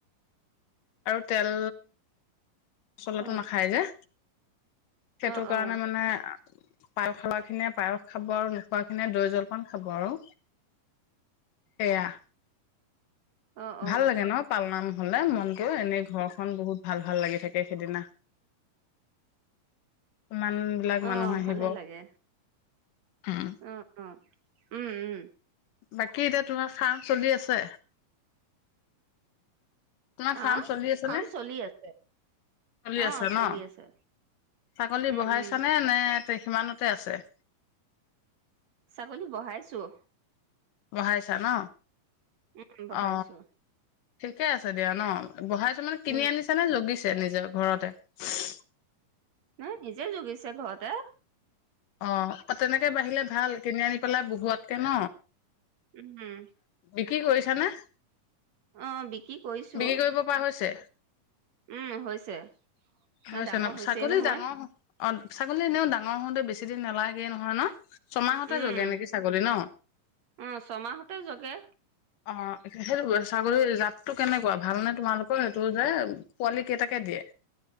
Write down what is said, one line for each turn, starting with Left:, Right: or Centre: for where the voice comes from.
Left: আৰু তেল চলাটো
Right: অ
Left: নাখায় যে! সেইটো
Right: অ
Left: কাৰণে
Right: অ
Left: মানে পায় খালা ইনে পায়স খাব আৰু নোখোৱা খিনিয়ে দৈ জলপান খাব আৰু, সেয়া৷
Right: অ
Left: ভাল
Right: অ
Left: লাগে ন পাল নাম? হলনে মনটো এনেই ঘৰখন বহুত ভাল - ভাল লাগি থাকে সেদিনা৷ ইমান বিলাক
Right: অ
Left: মানুহ আহিব৷
Right: ভালে লাগে
Left: উম
Right: অ অ উম উম
Left: বাকী এতিয়া তোমাৰ ফাৰ্ম চলি আছে? তোমাৰ ফাৰ্ম
Right: আহ
Left: চলি আছে
Right: ফাৰ্ম
Left: নে?
Right: চলি আছে
Left: চলি
Right: অ
Left: আছে
Right: চলি
Left: ন?
Right: আছে
Left: ছাগলী
Right: উম
Left: বহাইছ
Right: উম
Left: নে? নে- সিমানতে আছে৷
Right: ছাগলী বহাইছো৷
Left: বহাইছা ন?
Right: উম বহাইছো
Left: অ ঠিকে আছে দিয়া ন? বহাই খনত কিনি
Right: উম
Left: আনিছ নে যগীছে আ নিজৰ ঘৰতে ৷
Right: ন নিজে জগিছে ঘৰতে৷
Left: অ তেনেকে বাঢ়িলে ভাল কিনি আনি পেলাই বহোৱাতকে ন?
Right: উম
Left: বিক্ৰী কৰিছানে?
Right: অ বিকি কইছো
Left: বিক্ৰী
Right: অ,
Left: কৰিব পৰা হৈছে?
Right: উম হৈছে৷
Left: হয়ছে
Right: ডাঙৰ
Left: ন'
Right: হৈছেই
Left: ছাগলী
Right: নহয়
Left: ডাঙৰ? অ 'ছাগলী এনেও ডাঙৰ হওঁতেই বেছি দিন নালাগে নহয় ন? ছমাহতে
Right: উম
Left: জগে নেকি ছাগলী ন?
Right: অ ছমাহতে জগে
Left: অ 'সেইটোৱে ছাগলীৰ জাতটো কেনেকুৱা ভালনে তোমালোকৰ? সেইটো যে পোৱালি কেইটাকে দিয়ে?